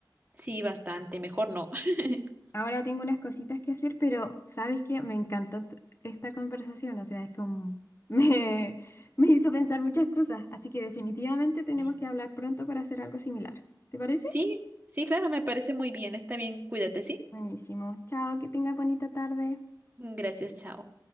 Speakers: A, on the right; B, on the left.
A: Sí, bastante, mejor no. <laughs>
B: Ahora tengo unas cositas que hacer, pero ¿sabes qué? Me encantó t- esta conversación. O sea, es como... <laughs> Me, me hizo pensar muchas cosas. Así que definitivamente
A: Sí.
B: tenemos que hablar pronto para hacer algo similar. ¿Te parece?
A: Sí, sí, claro, me parece muy bien, está bien, cuídate, ¿sí?
B: Buenísimo. Chao, que tenga bonita tarde.
A: Gracias, chao.